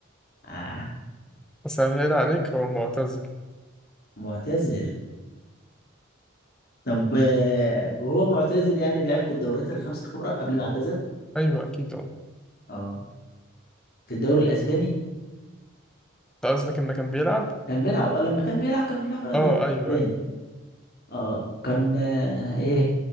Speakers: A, on the left; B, in the centre.
A: آه
B: أسهل عليك هو معتزل
A: معتزل طب آه، وهو معتزل يعني لعب في الدوريات الخمسة الكبرى قبل ما اعتزل
B: أيوه أكيد اه
A: اه في الدوري الأسباني
B: أنت قصدك إنه كان بيلعب؟
A: كان بيلعب آه، لما كان بيلعب كان بيلعب في الدوري
B: اه
A: الأسباني
B: أيوه أيوه
A: اه كان آه، ايه